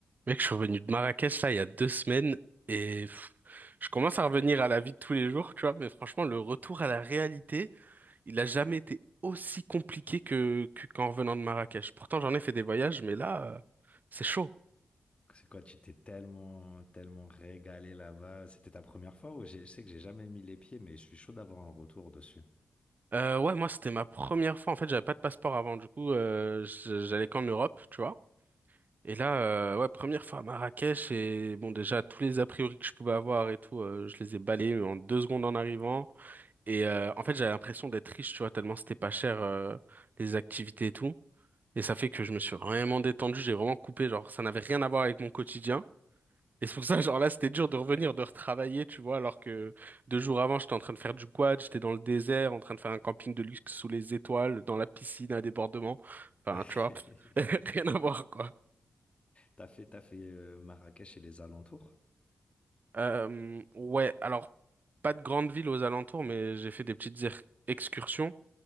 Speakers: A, on the right; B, on the left.
A: Mec, je suis revenu de Marrakech là il y a deux semaines et pff, je commence à revenir à la vie de tous les jours, tu vois, mais franchement, le retour à la réalité, il a jamais été aussi compliqué que, que- qu'en revenant de Marrakech. Pourtant, j'en ai fait des voyages, mais là, euh, c'est chaud.
B: C'est quoi, tu t'es tellement, tellement régalé là-bas. C'était ta première fois ou j'ai- je sais que j'ai jamais mis les pieds, mais je suis chaud d'avoir un retour dessus.
A: Euh, ouais, moi, c'était ma première fois. En fait, j'avais pas de passeport avant, du coup, euh, je- j'allais qu'en Europe, tu vois. Et là, euh, ouais, première fois à Marrakech et bon, déjà, tous les a priori que je pouvais avoir et tout, euh, je les ai balayés en deux secondes en arrivant. Et euh, en fait, j'avais l'impression d'être riche, tu vois, tellement c'était pas cher, euh, les activités et tout. Et ça fait que je me suis vraiment détendu, j'ai vraiment coupé, genre, ça n'avait rien à voir avec mon quotidien. Et c'est pour ça, <laughs> genre là, c'était dur de revenir, de retravailler, tu vois, alors que deux jours avant, j'étais en train de faire du quad, j'étais dans le désert, en train de faire un camping de luxe sous les étoiles, dans la piscine à débordement. Enfin,
B: <laughs>
A: tu vois, <laughs> rien à voir, quoi.
B: T'as fait, t'as fait euh, Marrakech et les alentours?
A: Euh, ouais, alors, pas de grande ville aux alentours, mais j'ai fait des petites er- excursions.